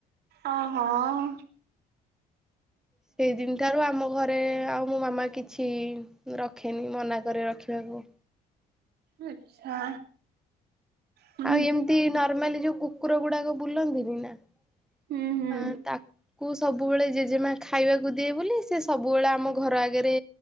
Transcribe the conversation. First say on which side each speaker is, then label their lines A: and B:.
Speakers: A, on the right; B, in the centre.
A: ହଁ, ହଁ।
B: ସେଇଦିନ ଠାରୁ ଆମ ଘରେ ଆଉ ମୋ ମାମା କିଛି ରଖେନି, ମନା କରେ ରଖିବାକୁ।
A: ଆଚ୍ଛା। ହୁଁ
B: ଆଉ ଏମତି ନର୍ମାଲି ଯୋଉ କୁକୁର ଗୁଡାକ ବୁଲନ୍ତିନି ନା ଅଁ,
A: ହୁଁ ହୁଁ
B: ତା କୁ ସବୁବେଳେ ଜେଜେମା ଖାଇବାକୁ ଦିଏ ବୋଲି ସେ ସବୁବେଳେ ଆମ ଘର ଆଗେରେ